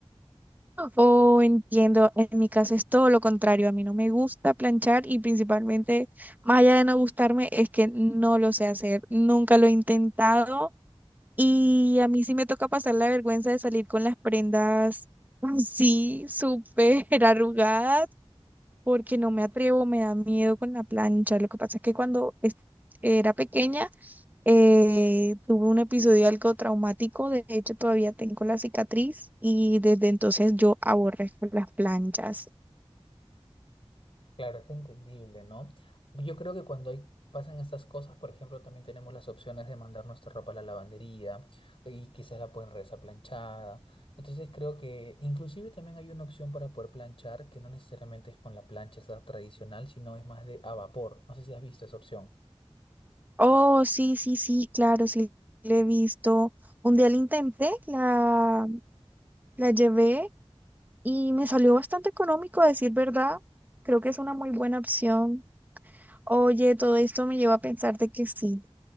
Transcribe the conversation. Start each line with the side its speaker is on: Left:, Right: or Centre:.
Right: Oh, entiendo. En mi caso es todo lo contrario. A mí no me gusta planchar y principalmente, más allá de no gustarme, es que no lo sé hacer. Nunca lo he intentado y a mí sí me toca pasar la vergüenza de salir con las prendas así, súper <laughs> arrugadas, porque no me atrevo, me da miedo con la plancha. Lo que pasa es que cuando es- era pequeña, eh, tuve un episodio algo traumático, de hecho todavía tengo la cicatriz y desde entonces yo aborrezco las planchas.
Left: Claro, es entendible, ¿no? Yo creo que cuando hay, pasan estas cosas, por ejemplo, también tenemos las opciones de mandar nuestra ropa a la lavandería y quizás la pueden regresar planchada. Entonces creo que inclusive también hay una opción para poder planchar que no necesariamente es con la plancha esa tradicional, sino es más de a vapor. No sé si has visto esa opción.
Right: Oh, sí, sí, sí, claro, sí, le he visto. Un día la intenté, la, la llevé y me salió bastante económico, a decir verdad. Creo que es una muy buena opción. Oye, todo esto me lleva a pensar de que sí.